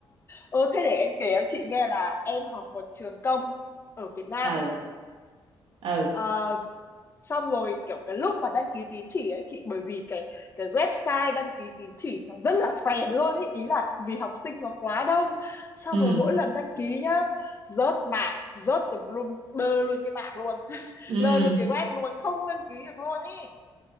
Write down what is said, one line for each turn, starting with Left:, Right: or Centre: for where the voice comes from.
Left: ờ thế để em kể cho chị nghe là em học một trường công ở Việt Nam
Right: ừ ừ
Left: Ờ, xong rồi kiểu cái lúc mà đăng ký tín chỉ ấy chị bởi vì cái cái website đăng ký tín chỉ nó rất là phèn luôn ý ý là vì học sinh nó quá đông xong
Right: ừ
Left: rồi mỗi lần đăng ký nhá rớt mạng rớt tùm lum đơ luôn cái mạng luôn <laughs>
Right: ừ
Left: đơ luôn cái web luôn không đăng ký được luôn ý